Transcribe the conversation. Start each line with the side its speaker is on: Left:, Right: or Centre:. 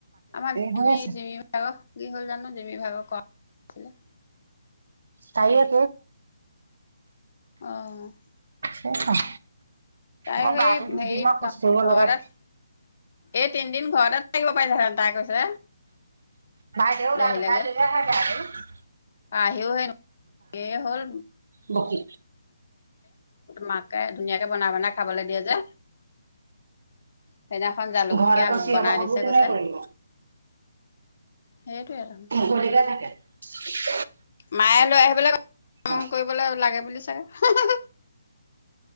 Left: আমাৰ জিমি
Right: হৈ আছে
Left: জিমি ভাগৰ কি হ'ল জানো জিমি ভাগৰ ক <unintelligible>
Right: তাই <unintelligible>
Left: অ'।
Right: এইখন
Left: তাই
Right: মই
Left: সেই
Right: গাটো ধুই
Left: হেৰি
Right: দিম আৰু
Left: ঘৰতে
Right: শৌচ কৰিব লগা
Left: এই তিনদিন ঘৰতে থাকিব পাৰিলেহেঁতেন। তাই কৈছে
Right: বাইদেউ <unintelligible>
Left: আহিলেগে
Right: থাকে আৰু।
Left: আহিও সেই-সেই হল।
Right: বকি
Left: মাকে ধুনীয়াকে বনাই বনাই খাবলৈ দিয়ে যে সেইদিনাখন জালুকীয়া
Right: ঘৰত আকৌ চিঞৰ
Left: বনাই
Right: বাখৰবোৰ
Left: দিছে
Right: কোনে
Left: কৈছে।
Right: কৰিব
Left: সেইটোৱে দেখোন
Right: মুকলিকে থাকে। <inaudible>
Left: মায়ে লৈ আহিবলৈ--। কাম
Right: অ
Left: কৰিবলৈ লাগে বুলি। হাহাহা।